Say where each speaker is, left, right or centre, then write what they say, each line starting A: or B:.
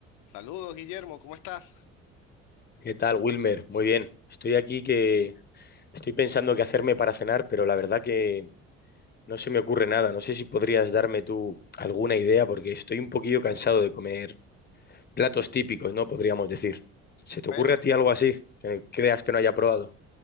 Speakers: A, on the left (about 60°); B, on the left (about 25°).
A: Saludos, Guillermo, ¿cómo estás?
B: ¿Qué tal, Wilmer? Muy bien. Estoy aquí que estoy pensando qué hacerme para cenar, pero la verdad que no se me ocurre nada. No sé si podrías darme tú alguna idea porque estoy un poquillo cansado de comer platos típicos, ¿no? Podríamos decir. ¿Se
A: Bueno,
B: te ocurre a ti algo así que creas que no haya probado?